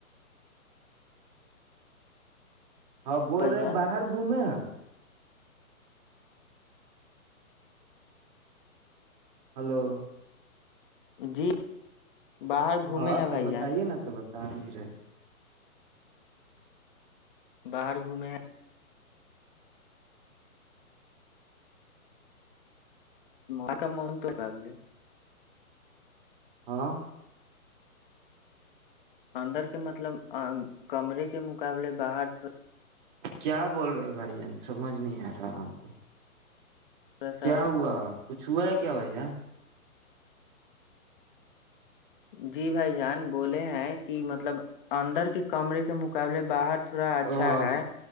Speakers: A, on the right (about 35°); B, on the left (about 35°).
A: ہاں بول
B: بھائی
A: رہے
B: جان
A: باہر گھومے ہیں ہلو
B: جی باہر گھومے
A: ہاں
B: ہیں بھائی
A: تو بتائیے
B: جان
A: نا تو بتا ٹانیے
B: باہر گھومے ہیں ج کا مون تو کاابل
A: ہاں
B: اندر کے مطلب کمرے کے مقابلے باہر تھ
A: کیا بول رہے بھائی جان سمجھ نہیں آ رہا ہم کو
B: سا
A: کیا ہوا کچھ ہوا ہے کیا بھائی جان
B: جی بھائی جان بولے ہیں کہ مطلب اندر کے کمرے کے مقابلے باہر تھوڑا اچھا
A: ہاں
B: ہے